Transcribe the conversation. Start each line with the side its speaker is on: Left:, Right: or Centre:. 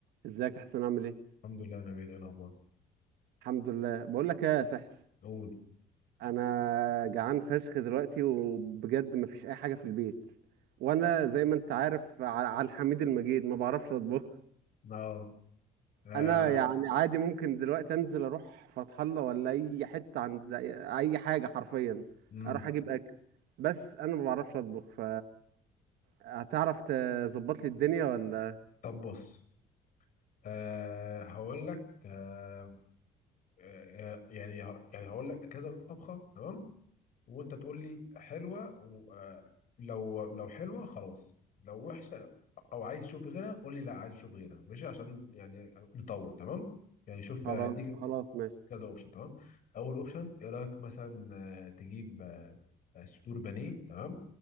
Right: ازيك احسن عامل ايه
Left: الحمد لله يا نبيل ايه الاخبار
Right: الحمد لله بقول لك ايه يا سحس
Left: قول
Right: انا جعان فشخ دلوقتي وبجد مفيش اي حاجه في البيت وانا زي ما انت عارف ع- على الحميد المجيد ما بعرفش
Left: مم.
Right: اطبخ
Left: اه آه،
Right: انا يعني عادي ممكن دلوقتي انزل اروح فتح الله ولا اي حته عند اي أي حاجه حرفيا
Left: امم
Right: اروح اجيب اكل بس انا ما بعرفش اطبخ ف هتعرف تظبط لي الدنيا ولا
Left: طب بص آه هقول لك آه آه يعني يعني هقول لك كذا طبخه تمام وانت تقول لي حلوه و- آه، لو لو حلوه خلاص لو وحشه او عايز تشوف غيرها قول لي لا عايز اشوف غيرها ماشي عشان يعني نطول تمام يعني شوف
Right: خلاص
Left: هديك
Right: خلاص ماشي
Left: كذا اوبشن تمام اول اوبشن ايه رايك مثلا آه، تجيب آه، آه، صدور بانيه تمام